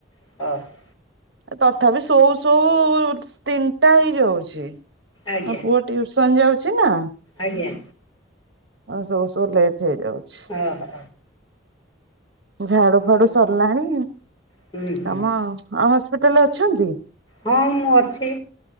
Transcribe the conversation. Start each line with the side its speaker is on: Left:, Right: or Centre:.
Left: <inaudible>
Right: ତଥାପି ସୋଉ ସୋଉ ତିନିଟା ହେଇଯାଉଛି।
Left: ଆଜ୍ଞା
Right: ଆଉ ପୁଅ ଟିଉସନ ଯାଉଛି ନା।
Left: ଆଜ୍ଞା।
Right: ହଁ ସୋଉ ସୋଉ ଲେଟ୍ ହେଇଯାଉଛି।
Left: ଓହୋ।
Right: ଝାଡୁ ଫାଡୁ
Left: ଆଉ
Right: ସରିଲାଣି
Left: ହୁଁ ହୁଁ
Right: କାମ ଆଉ ହସ୍ପିଟାଲରେ ଅଛନ୍ତି?
Left: ହଁ ମୁଁ ଅଛି